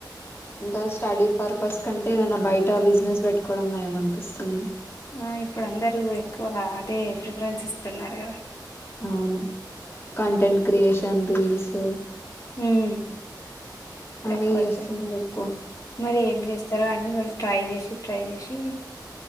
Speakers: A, on the left; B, on the left.
A: ఇంకా స్టడీ పర్పస్ కంటే ఏదైనా బయట బిజినెస్ పెట్టుకోవడం నయం అనిపిస్తుంది.
B: ఆ ఇక్కడ అందరూ ఎక్కువ అదే ప్రిఫరెన్స్ ఇస్తున్నారు కదా.
A: అవును కంటెంట్ క్రియేషన్ రీల్స్
B: హ్మ్ <unintelligible>
A: అవే చేస్తున్నారు ఎక్కువ
B: మరి చేస్తార అని వాళ్ళు ట్రై చేసి ట్రై చేసి